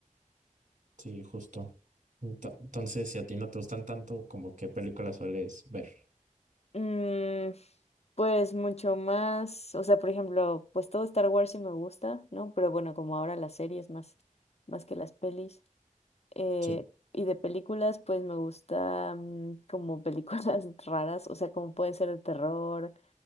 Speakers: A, on the right; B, on the left.
A: sí, justo. Ento- Entonces, si a ti no te gustan tanto, ¿como qué películas sueles ver?
B: Mm, pues mucho más, o sea, por ejemplo, pues todo Star Wars sí me gusta, ¿no? Pero bueno, como ahora las series más, más que las pelis. Eh,
A: Sí,
B: y de películas, pues me gusta mm, como películas <laughs> raras, o sea, como pueden ser de terror